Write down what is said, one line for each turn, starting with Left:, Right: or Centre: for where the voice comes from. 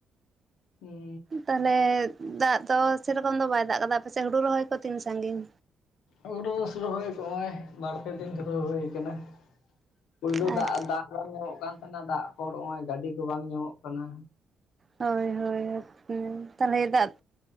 Left: ᱠᱟᱱᱟ᱾
Right: ᱛᱟᱦᱚᱞᱮ ᱫᱟᱜ ᱫᱚ ᱥᱮᱨᱚᱠᱚᱢ ᱫᱚ ᱵᱟᱭ ᱫᱟᱜ ᱠᱟᱫᱟ, ᱟᱯᱮᱥᱮᱱ ᱦᱩᱲᱩ ᱨᱚᱦᱚᱭ ᱠᱚ ᱛᱤᱱ ᱥᱟᱺᱜᱤᱧ?
Left: ᱦᱩᱨᱩ ᱨᱚᱦᱚ <unintelligible> ᱵᱟᱨ ᱯᱮ ᱫᱤᱱ ᱫᱷᱩᱨᱟᱹᱣ ᱦᱳᱭ ᱠᱟᱱᱟ ᱯᱳᱭᱞᱳ
Right: ᱟᱨ
Left: ᱫᱟᱜ ᱫᱟᱜ ᱵᱟᱝ ᱧᱟᱢᱚᱜ ᱠᱟᱱ ᱛᱟᱦᱮᱱᱟ, ᱫᱟᱜ ᱯᱚᱨ ᱱᱚᱜᱚᱭ ᱜᱟᱹᱰᱤ ᱠᱚ ᱵᱟᱝ ᱧᱟᱢᱚᱜ ᱠᱟᱱᱟ᱾
Right: ᱦᱳᱭ ᱦᱳᱭ, ᱛᱟᱦᱚᱞᱮ ᱫᱟᱜ